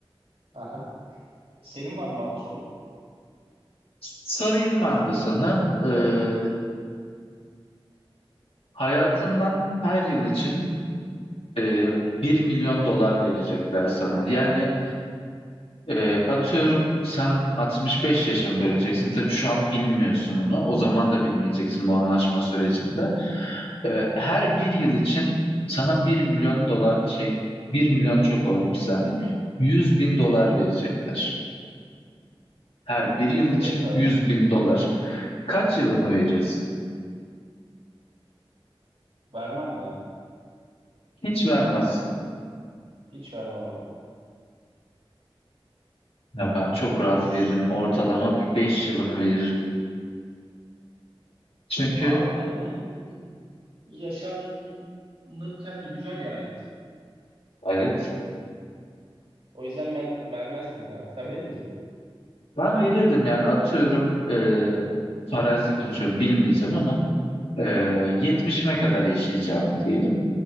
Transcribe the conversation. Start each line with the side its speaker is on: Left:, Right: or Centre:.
Right: aha. Senin var mı abi sorun?
Left: sorayım ben de sana. Eee, hayatından her yıl için e, 1 milyon dolar verecekler sana. Yani e, atıyorum sen 65 yaşında öleceksin. Tabii şu an bilmiyorsun bunu. O zaman da bilmeyeceksin bu anlaşma sürecinde. E, her bir yıl için sana bir milyon dolar şey bir milyon çok oldu bir saniye. 100 bin dolar verecekler. Her bir yıl için
Right: Evet abi.
Left: 100 bin dolar. Kaç yılını verirsin?
Right: Vermem ya.
Left: Hiç vermezsin.
Right: Hiç vermem abi.
Left: Ya ben çok rahat
Right: S-
Left: veririm. Ortalama bir 5 yılımı veririm. Çünkü
Right: Abi yani yaşanırken de güzel ya hayat.
Left: evet
Right: O yüzden ben vermezdim ya. Sen verir misin?
Left: Ben verirdim yani atıyorum e, farazi konuşuyorum bilmeyeceğim ama e, 70'ime kadar yaşayacağım diyelim.